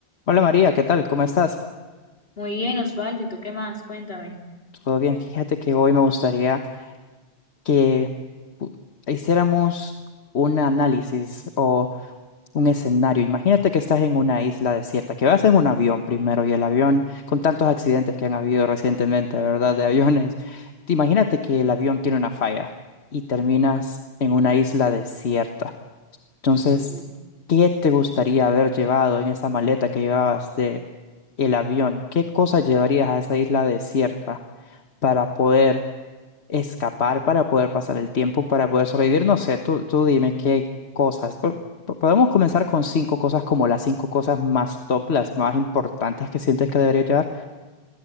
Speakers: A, on the left; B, on the left.
A: Hola María, ¿qué tal? ¿Cómo estás?
B: Muy bien, Osvaldo, ¿y tú qué más? Cuéntame.
A: Todo bien, fíjate que hoy me gustaría que u- hiciéramos un análisis o un escenario. Imagínate que estás en una isla desierta, que vas en un avión primero y el avión, con tantos accidentes que han habido recientemente, ¿verdad? De aviones. Te Imagínate que el avión tiene una falla y terminas en una isla desierta. Entonces,
B: Ujú.
A: ¿qué te gustaría haber llevado en esa maleta que llevabas de el avión? ¿Qué cosas llevarías a esa isla desierta? para poder escapar, para poder pasar el tiempo, para poder sobrevivir. No sé, tú, tú dime qué cosas. Po- po- Podemos comenzar con cinco cosas como las cinco cosas más top, las más importantes que sientes que debería llevar.